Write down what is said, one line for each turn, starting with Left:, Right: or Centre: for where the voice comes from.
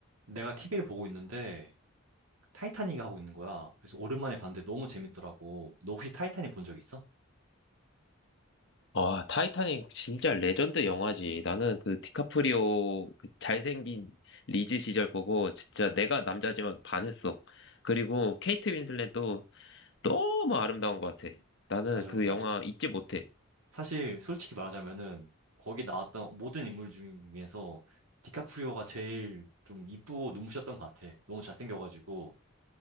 Right: 내가 티비를 보고 있는데 타이타닉이 하고 있는 거야. 그래서 오랜만에 봤는데 너무 재밌더라고. 너 혹시 타이타닉 본 적 있어?
Left: 아, 타이타닉 진짜 레전드 영화지. 나는 그 디카프리오 그 잘생긴 리즈 시절 보고 진짜 내가 남자지만 반했어. 그리고 케이트 윈슬렛도 너무 아름다운 것 같아. 나는
Right: 맞아,
Left: 그
Right: 맞아.
Left: 영화 잊지 못해.
Right: 사실 솔직히 말하자면은 거기 나왔던 모든 인물 중에서 디카프리오가 제일 좀 이쁘고 눈부셨던 것 같아. 너무 잘생겨가지고